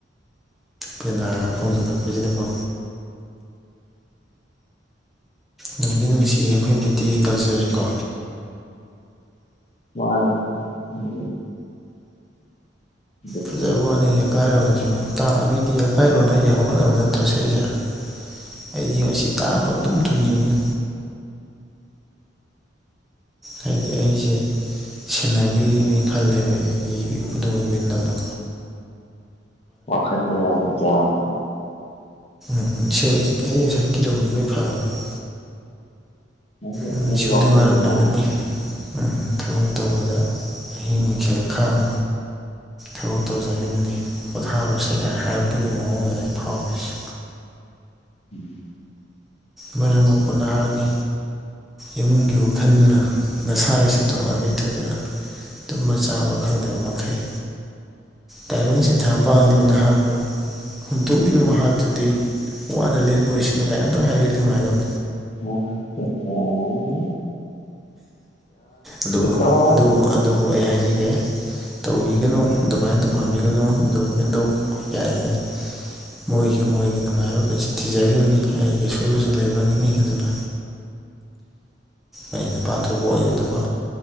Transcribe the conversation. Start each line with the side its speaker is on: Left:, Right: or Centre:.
Centre: ꯄꯦꯅꯥꯒ ꯈꯣꯡꯖꯤꯜꯂꯛꯄꯁꯤꯗꯀꯣ ꯅꯨꯡꯗꯤ ꯅꯨꯡꯁꯤꯌꯦ ꯑꯈꯣꯏ ꯃꯩꯇꯩꯒꯤ ꯀꯜꯆꯔꯖ‌ꯦꯀꯣ
Left: ꯃꯃꯥꯡ <unintelligible> ꯑꯗꯨꯛꯀꯤ
Centre: ꯐꯖꯕ
Left: ꯃꯇꯤꯛ
Centre: ꯋꯥꯅ‌ꯦ ꯌꯀꯥꯏꯔꯣꯟꯖꯤꯡ ꯇꯥꯡ ꯑꯅꯤꯗꯤ ꯌꯀꯥꯏꯔꯣꯟ ꯍꯥꯏꯖ‌ꯦ ꯍꯧꯒꯠꯅꯕ ꯅꯠꯇ꯭ꯔꯥ ꯁꯛ ꯏꯖ‌ꯦ ꯑꯩꯗꯤ ꯑꯁꯤ ꯇꯥ ꯄꯪ ꯇꯨꯝ ꯊꯨꯝꯅꯤꯡꯉ‌ꯦ ꯍꯥꯏꯗꯤ ꯑꯩꯖ‌ꯦ ꯁꯦꯟꯅꯕꯤꯔꯤꯅꯤ ꯈꯜꯂꯦꯕ ꯑꯩꯗꯤ ꯏꯄꯨꯗꯧ ꯏꯕ‌ꯦꯟꯗꯧꯅ
Left: ꯋꯥꯈꯟ ꯗꯥ ꯋꯥꯡꯉꯤ ꯖꯥꯟ
Centre: ꯎꯝ ꯏꯁ‌ꯣ ꯑꯩ ꯉꯁꯥꯏ ꯀꯤꯔꯝꯕ ꯂꯣꯏ ꯐꯒꯔ‌ꯦ
Left: ꯍꯥꯏꯗꯤ
Centre: ꯎꯝ
Left: ꯍꯥꯏꯗꯤ
Centre: ꯏꯁ‌ꯣꯗꯤ
Left: ꯋꯥꯈꯟꯗꯣ
Centre: ꯋꯥꯔꯝꯂꯒꯅꯤ
Left: ꯌꯥꯝꯃꯤ
Centre: ꯎꯝ ꯊꯕꯛ ꯇꯧꯕꯗ ꯑꯍꯤꯡ ꯅꯨꯈ‌ꯦꯜ ꯈꯥꯡ ꯊꯕꯛ ꯇꯧꯖꯔꯤꯕꯅꯤ ꯄꯣꯊꯥꯔ‌ꯣꯁꯦ ꯒꯥꯏ ꯍꯥꯏꯔꯛꯄꯒꯤ ꯃꯑꯣꯡꯗꯅꯦ ꯑꯩ ꯐꯥꯎꯔꯤꯁ
Left: ꯎꯝ
Centre: ꯃꯔꯝ ꯃ‌ꯣꯛꯄ ꯅꯍꯥꯅꯤ ꯏꯃꯨꯡꯒꯤꯕꯨ ꯈꯟꯗꯨꯅ ꯅꯁꯥꯒꯤ ꯁꯦꯟꯗꯣꯛ ꯂꯝꯕꯤ ꯊꯨꯗꯨꯅ ꯇꯨꯝꯕ ꯆꯥꯕ ꯈꯪꯗꯕ ꯃꯈꯩ ꯇꯥꯏꯕꯪ ꯁꯤꯟꯊꯥ ꯄꯥꯡꯂꯤꯕ ꯅꯍꯥꯛꯄꯨ ꯍꯨꯟꯇꯣꯛꯂꯤꯕ ꯃꯍꯥꯛꯇꯨꯗꯤ ꯋꯥꯅ ꯂꯦꯟꯕ ꯑꯣꯏꯁꯅꯨ ꯒꯥꯏ ꯑꯝꯇꯪ ꯍꯥꯏꯕꯤꯗꯤ ꯅꯨꯉꯥꯏꯗꯧ
Left: <unintelligible> ꯋꯥꯎ
Centre: ꯑꯗꯨꯕꯨ
Left: ꯏꯇꯥꯎ
Centre: ꯑꯗꯨꯕꯨ ꯑꯗꯨꯕꯨ ꯑꯩ ꯍꯥꯏꯖꯒꯦ ꯇꯧꯕꯤꯒꯅ‌ꯣ ꯑꯗꯨꯃꯥꯏꯟ ꯇꯧꯍꯟꯕꯤꯒꯅ‌ꯣ ꯏꯕꯨꯗꯧ ꯏꯕ‌ꯦꯟꯗꯧ ꯀꯩ ꯍꯥꯏꯅꯤ ꯃꯣꯏꯖꯨ ꯃꯣꯏꯒꯤ ꯅꯨꯉꯥꯏꯕ ꯄꯨꯟꯁꯤ ꯊꯤꯖꯒꯤꯕꯅꯤ ꯑꯩꯒꯤ ꯑꯁꯣꯏꯕꯖꯨ ꯂꯩꯕꯒꯤꯅꯤ ꯑꯗꯨꯅ ꯑꯩ ꯅꯨꯄꯥ ꯊꯣꯛꯄ ꯑꯣꯏꯒꯤꯗꯕ